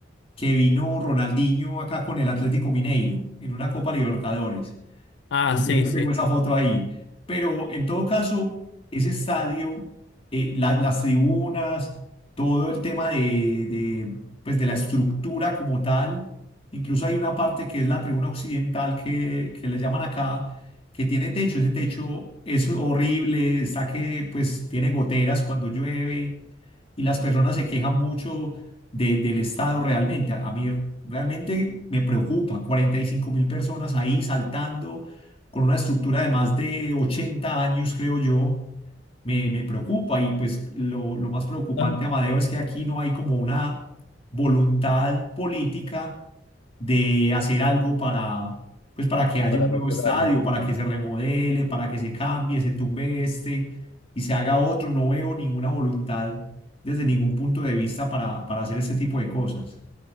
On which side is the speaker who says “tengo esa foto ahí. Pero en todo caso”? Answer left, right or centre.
Left